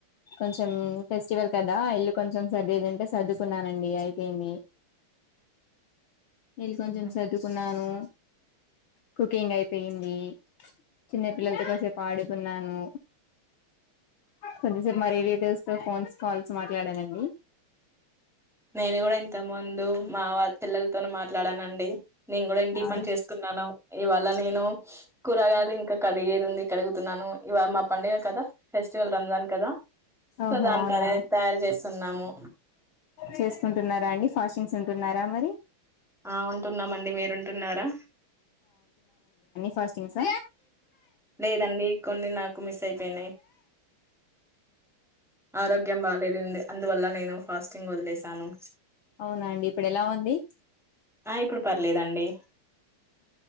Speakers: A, on the left; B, in the centre.
A: కొంచెం ఫెస్టివల్ కదా ఇల్లు కొంచెం సర్దిదుంటే సర్దుకున్నానండి అయిపోయింది. నీళ్ కొంచెం
B: హుహు.
A: సద్దుకున్నాను. కుకింగ్ అయిపెయింది. చిన్న పిల్లల్తో కాసేపు ఆడుకున్నాను, కొద్దిసేపు మరి
B: ఓహ్!
A: రిటివ్స్ తో ఫోన్స్ కాల్స్ మాట్లాడానండి.
B: నేను గుడా ఇంత ముందు మా వాళ్ చెల్లెలతోను మాట్లాడానండి. నేంకూడా ఇంటి
A: అవును
B: పన్ చేసుకున్నాను, ఇవాళ నేను కూరగాయలింక కడిగేదివుంది. కడుగుతున్నాను. ఇవా మా పండగ కదా ఫెస్టివల్ రమ్జాన్ కదా,
A: ఓహో
B: సో దాన
A: అవునా
B: తరే తయారు చేస్సున్నాము.
A: చేసుకుంటున్నారా అండి ఫాస్టింగ్స్ ఉంటున్నారా మరి
B: ఆ ఉంటున్నామండి మీరుంటున్నారా.
A: ఫాస్టింగ్ స
B: లేదండి కొన్ని నా కు మిస్ అయ్ పెయ్ నయ్, ఆరోగ్యం బాలేదుంది. అందువల్ల నేను ఫాస్టింగ్ వదిలేశాను.
A: అవునా అండి ఇప్పుడు ఎలా ఉంది.
B: ఆ ఇప్పుడు పర్లేదండి.